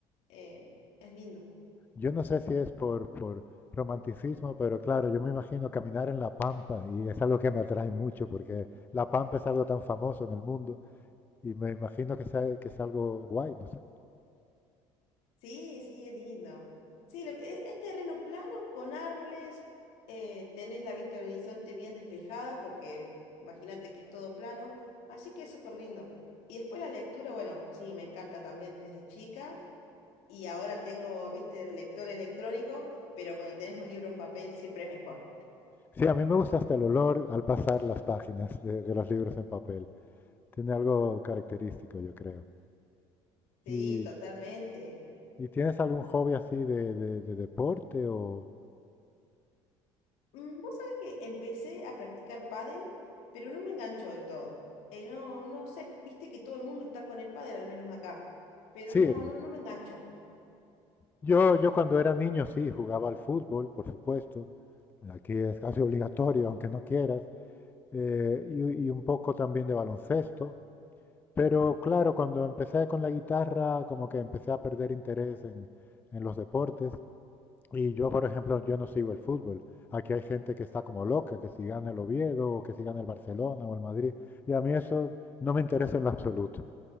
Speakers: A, on the left; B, on the left.
A: eh, es lindo.
B: Yo no sé si es por, por romanticismo, pero claro, yo me imagino caminar en la pampa y es algo que me atrae mucho porque la pampa es algo tan famoso en el mundo y me imagino que, sea- que es algo guay, no sé.
A: Sí, sí, es lindo. Sí, lo que- e- es, terreno plano con árboles, eh, tenés la vista del horizonte bien despejada porque imagínate que es todo plano, así que es súper lindo. Y después la lectura, bueno, sí, me encanta también desde chica y ahora tengo, viste, el lector electrónico, pero cuando tenés un libro en papel siempre es mejor.
B: Sí, a mí me gusta hasta el olor al pasar las páginas de, de los libros en papel. Tiene algo característico, yo creo. ¿Y,
A: Sí, totalmente.
B: y tienes algún hobby así de, de- de deporte o...?
A: Mm, Vos sabés que empecé a practicar pádel, pero no me enganchó del todo. Eh, no, no sé, viste que todo el mundo está con el pádel, al menos acá. Pero
B: Sí,
A: no, no, no me enganchó.
B: yo, yo cuando era niño sí, jugaba al fútbol, por supuesto. Aquí es casi obligatorio, aunque no quieras. eh, y, y un poco también de baloncesto. Pero claro, cuando empecé con la guitarra, como que empecé a perder interés en, en los deportes. Y yo, por ejemplo, yo no sigo el fútbol. Aquí hay gente que está como loca, que si gana el Oviedo, o que si gana el Barcelona o el Madrid. Y a mí eso no me interesa en lo absoluto,